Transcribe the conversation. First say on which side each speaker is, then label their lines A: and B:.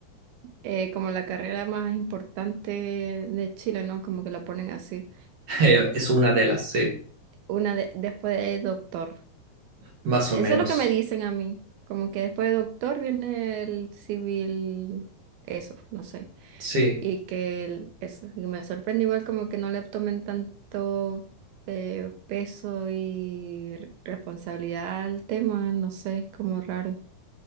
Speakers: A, on the right (about 80°); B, on the right (about 60°).
A: Eh, como la carrera más importante de Chile, ¿no? Como que la ponen así.
B: <laughs> Es una de las, sí,
A: Una de- después de doctor.
B: más
A: Eso
B: o menos.
A: es lo que me dicen a mí. Como que después de doctor viene el civil, eso, no sé.
B: Sí,
A: Y que el- eso. Y me sorprende igual como que no le tomen tanto eh, peso y re- responsabilidad al tema, no sé, es como raro.